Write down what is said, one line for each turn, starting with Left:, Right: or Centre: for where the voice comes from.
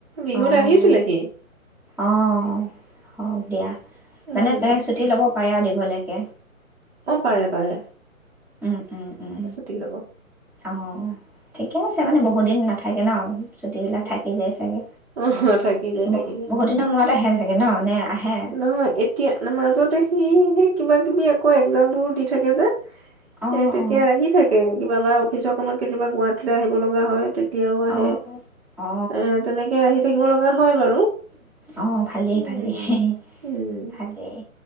Right: বিহুত
Centre: অ',
Right: আহিছিলে সি
Centre: অ হওক দিয়া মানে
Right: উম
Centre: তাই চুটি ল'ব পাৰে আৰু দীঘলীয়কৈ
Right: অ পাৰে পাৰে
Centre: উম উম উম
Right: টিক হব' <unintelligible>
Centre: অ'। ঠিকে আছে মানে বহুত দিন নাথাকে ন চুটি বিলাক থাকি যায় চাগে
Right: অ থাকি যায়
Centre: ব
Right: থাকি যায়
Centre: বহুত দিনৰ মূৰত আহে থাকে ন নে আহে
Right: নহয় এতিয়া মাজতে সি সেই কিবাকিবি আকৌ এক্জামবোৰো দি থাকে যে
Centre: অ
Right: এ তেতিয়া
Centre: অ
Right: আহি থাকে কিবা বা অফিচৰ কামত কেতিয়াবা গুৱাহাটীলৈ আহিব লগা হয় এতিয়াও আহে
Centre: অ অ
Right: এ তেনেকে আহি থাকিব লগা হয় বাৰু
Centre: অ ভালেই
Right: উম
Centre: ভালেই ভালেই